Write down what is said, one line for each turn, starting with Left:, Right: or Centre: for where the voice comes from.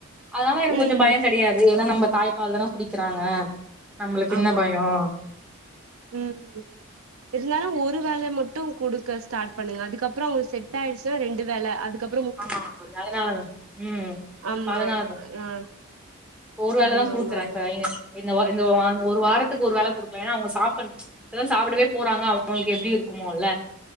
Centre: அதனால எனக்கு
Right: ம்
Centre: கொஞ்சம் பயம்
Right: ம்
Centre: கிடையாது ஏன்னா நம்ம தாய்ப்பால் தானா குடிக்கிறாங்க நம்மளுக்கு என்ன
Right: ஆமா
Centre: பயோ
Right: ம் இருந்தாலு ஒரு வேல ம ட்டு குடுக்க ஸ்டாட் பண்ணுங்க அதுக்கப்புறோ அவ்ங்க செட் ஆய்ர்ச்சுனா ரெண்டு வேல அதுக்கப்
Centre: ஆமா அது அதுனாலதா ம்
Right: ஆமா
Centre: இப்ப அதுனாலதா
Right: ஆ
Centre: ஒரு வேலதா
Right: ஆமா
Centre: குடுக்குற
Right: ஆமா
Centre: என் பையனுக் இந்த ஒ இந்த ஒரு வா இந்த ஒரு வாரத்துக்கு ஒரு வேல குடுக்லேனா அவ்ங்க சாப்புற இப்பதா சாப்புடவே போறாங்க அவுங்குளுக் எப்டி இருக்குமோல